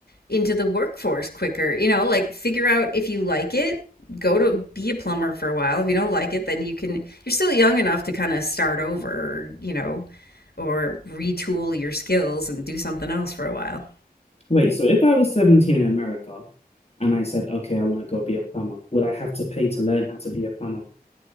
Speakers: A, on the left; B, on the left.
A: into the workforce quicker. You know, like figure out if you like it, go to be a plumber for a while. If you don't like it, then you can, you're still young enough to kind of start over, you know, or retool your skills and do something else for a while.
B: Wait, so if I was 17 in America and I said, okay, I want to go be a plumber, would I have to pay to learn how to be a plumber?